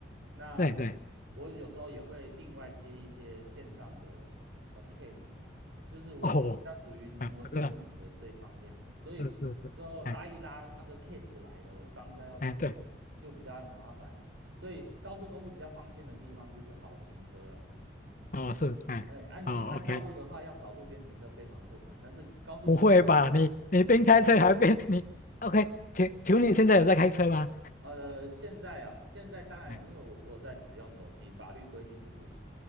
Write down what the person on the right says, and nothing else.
那
我有时候也会另外接一些线上的呃 case 啦，就是我比较属于能文能武的这一方面嘛，
所以之拉一拉那个
case 来了，我当下要处理就比较麻烦。
所以高速公路比较方便的地方就是好停车了。
哎，啊，你一般道路的话，
要找路边停车非常困难，但是高速公路。
哎，呃，现在啊，现在当然，
因为我我有在使用手机，法律规定是不行。